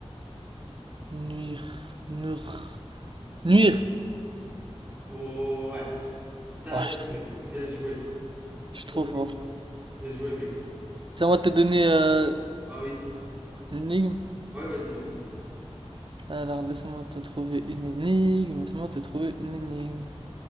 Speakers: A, on the right; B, on the right.
A: Nuire. Nr. Nuire.
B: Oh, ouais, t'as
A: Oh,
B: raison
A: je suis trop,
B: mec, bien joué.
A: je suis
B: Bien
A: trop
B: joué,
A: fort.
B: bien joué mec.
A: C'est à moi de te donner euh,
B: Ah oui,
A: une énigme.
B: ouais, vas-y, vas-y.
A: Alors, laisse-moi te trouver une énigme. Laisse-moi te trouver une énigme.